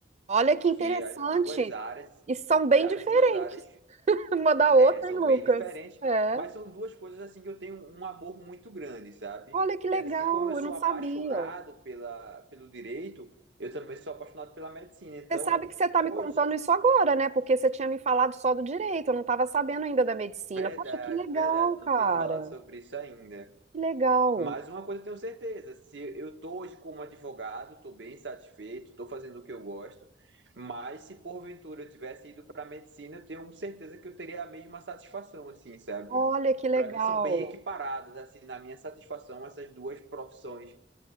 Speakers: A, on the right; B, on the right.
A: Olha que interessante.
B: que as duas áreas,
A: E são bem
B: as
A: diferentes
B: duas áreas
A: <laughs> uma da outra,
B: é, são
A: hein, Lucas?
B: bem diferentes,
A: É.
B: mas são duas coisas assim que eu tenho um amor muito grande, sabe?
A: Olha que legal,
B: E assim como eu sou
A: eu não
B: apaixonado
A: sabia.
B: pela, pelo direito, eu também sou apaixonado pela medicina. Então,
A: Você sabe que você está
B: hoje,
A: me contando isso agora, né? Porque você tinha me falado só do direito, eu não estava sabendo ainda da medicina.
B: verdade,
A: Poxa, que legal,
B: verdade,
A: cara.
B: não tinha te falado sobre isso ainda.
A: Que legal.
B: Mas uma coisa eu tenho certeza, se eu tô hoje como advogado, tô bem satisfeito, tô fazendo o que eu gosto, mas se porventura eu tivesse ido para medicina, eu tenho certeza que eu teria a mesma satisfação, assim, sabe?
A: Olha que legal.
B: Para mim são bem equiparadas, assim, na minha satisfação, essas duas profissões.